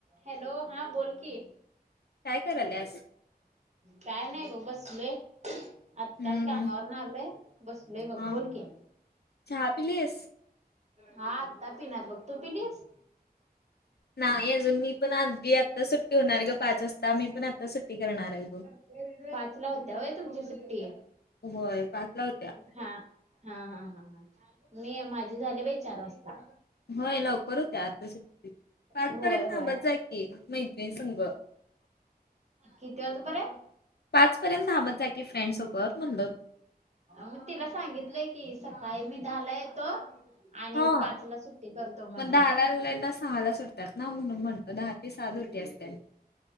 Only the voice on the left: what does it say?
काय करायलास?
हम्म
हा
चहा पिलीस?
नाही अजून मी पण आज <unintelligible> आता सुट ठेवणार ग, पाच वाजता. मी पण आता सुट्टी करणार आहे बघ
होय पाचला होत्या
होय लवकर होत्या आत्ता सुट्टी <unintelligible> पाच
पर्यंत
थांबात जा की मैत्रिणी संग
पाचपर्यंत थांबत जा की फ्रेंड सोबत म्हणलो
हा.
मग दहाला आलेल्यांना सहाला सुटतात ना म्हणून म्हणत दहा ते सात डूटी असते